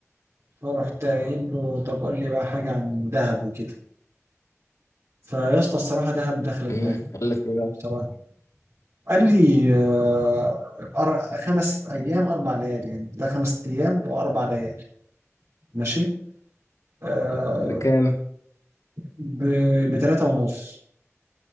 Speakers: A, on the right (about 60°); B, on the left (about 75°).
A: فرحت قايل له طب قول لي بقى حاجه عن دهب وكده فيا اسطى الصراحه دهب داخله دماغي
B: امم قال لك ايه بقى
A: بصراحه قال لي آه، أر- خمس ايام اربع ليالي يعني ده خمس ايام واربع ليالي ماشي آه،
B: بكام
A: ب- بتلاته ونص